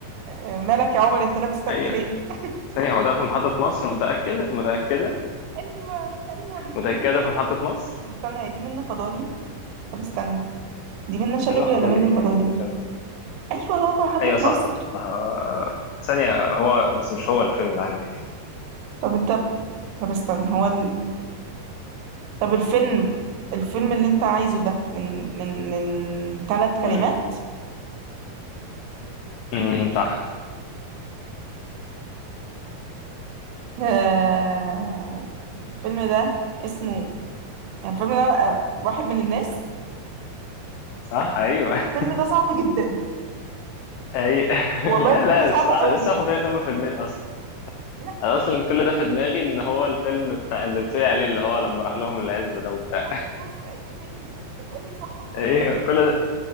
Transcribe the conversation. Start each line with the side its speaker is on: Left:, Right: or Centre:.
Right: آه، مالك يا عمر انت لابس كت
Left: ايوه
Right: ليه <laughs>
Left: ثانية هو ده في محطة مصر متأكدة متأكدة
Right: ايوه ايوه مش
Left: متأكدة
Right: دي منة
Left: في
Right: شلبي
Left: محطة مصر
Right: طب استنى هي دي منة فضالي طب استنى دي منة شلبي
Left: منه فاضل
Right: ولا منة
Left: ايه
Right: فضالي
Left: لا منه
Right: ايوه هو في محطة
Left: ايوه صح
Right: مصر
Left: صح, صح. آه، ثانية هو بس مش هو الفيلم اللي عندي
Right: طب انت طب استنى هو ال... طب الفيلم الفيلم اللي انت عايزه ده من من من ثلاث كلمات
Left: امم امم صح
Right: آه... الفيلم ده اسمه يعني الفيلم ده آه، واحد من الناس
Left: صح ايوه
Right: الفيلم ده صعب جدا
Left: اي <laughs>
Right: والله
Left: لا
Right: الفيلم
Left: لا
Right: ده صعب
Left: مش صح
Right: قوي
Left: أنا لسه واخد بالي إن هما فيلمين اصلا
Right: لا
Left: انا
Right: آه،
Left: اصلا كل ده في دماغي ان هو الفيلم بتاع اللي بتقولي عليه اللي هو لما راح لهم العزبة ده وبتاع
Right: في محطة مصر ايوه <laughs> انت كنت تقولي صح وخلصت
Left: ايوه كل ده